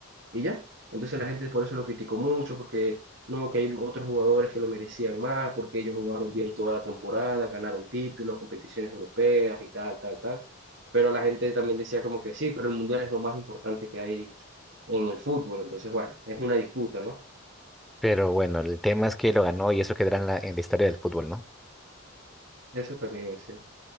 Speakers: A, on the right (about 60°); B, in the centre.
A: y ya. Entonces la gente por eso lo criticó mucho, porque no, que hay otros jugadores que lo merecían más, porque ellos jugaron bien toda la temporada, ganaron títulos, competiciones europeas y tal, tal, tal. Pero la gente también decía como que sí, pero el mundial es lo más importante que hay en el fútbol. Entonces, bueno, es una disputa, ¿no?
B: Pero bueno, el tema es que lo ganó y eso quedará en la, en la historia del fútbol, ¿no?
A: Eso también es cierto.